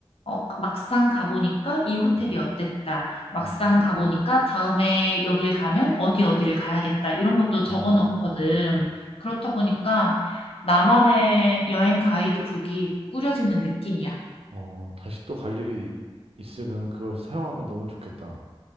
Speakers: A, on the left (about 75°); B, on the right (about 80°).
A: 어, 막상 가보니까 이 호텔이
B: 음,
A: 어땠다. 막상
B: 음.
A: 가보니까 다음에 여길 가면 어디 어디를 가야겠다. 이런 것도
B: 어,
A: 적어 놓거든. 그렇다 보니까 나만의 여행 가이드북이 꾸려지는 느낌이야.
B: 어, 다시 또 갈 일이 있으면 그걸 사용하면 너무 좋겠다.